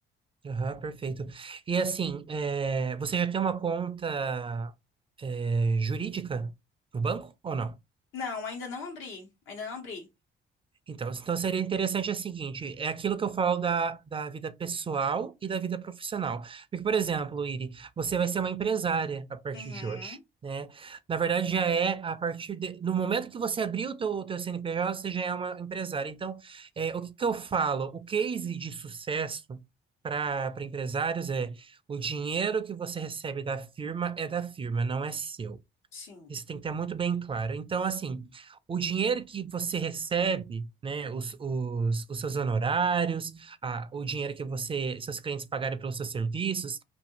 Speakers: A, on the right; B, on the left.
A: Aham, perfeito. E assim, é, você já tem uma conta, é, jurídica no banco ou não?
B: Não, ainda não abri, ainda não abri.
A: Então, então seria interessante é o seguinte, é aquilo que eu falo da, da vida pessoal e da vida profissional. Porque, por exemplo, Iri, você vai ser uma empresária a partir
B: Uhum,
A: de hoje, né? Na verdade, já é a partir de, no momento que você abrir o teu, o teu CNPJ, você já é uma empresária. Então, é, o que que eu falo? O case de sucesso para para empresários é o dinheiro que você recebe da firma é da firma, não é seu.
B: sim.
A: Isso tem que ter muito bem claro. Então, assim, o dinheiro que você recebe, né, os, os, os seus honorários, a, o dinheiro que você, seus clientes pagarem pelos seus serviços,